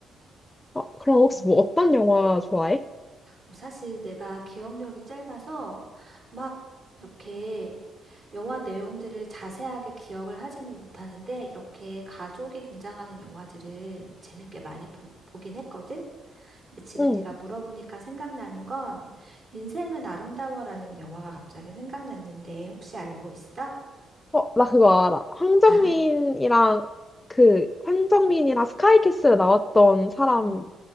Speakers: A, on the left; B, on the right.
A: 어, 그럼 혹시
B: 음.
A: 뭐 어떤 영화 좋아해?
B: 뭐 사실 내가 기억력이 짧아서 막 이렇게 영화 내용들을 자세하게 기억을 하지는 못하는데 이렇게 가족이 등장하는 영화들을 재밌게 많이 보, 보긴 했거든. 근데 지금
A: 응.
B: 네가 물어보니까 생각나는 건 인생은 아름다워라는 영화가 갑자기 생각났는데 혹시 알고 있어?
A: 어, 나 그거 알아. 황정민이랑
B: 알아?
A: 그 황정민이랑 스카이캐슬에 나왔던 사람이
B: 음.